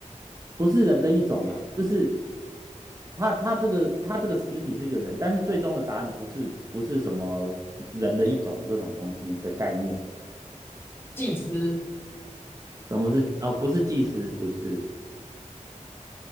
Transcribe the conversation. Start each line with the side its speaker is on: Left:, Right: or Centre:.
Right: 不是人的一种啊，
Left: 诶，
Right: 就是他他这个他这个实体是一个人，但是最终的答案不是不是什么人的一种这种东西的概念。
Left: 祭司，
Right: 什么是？哦，不是技师，不是，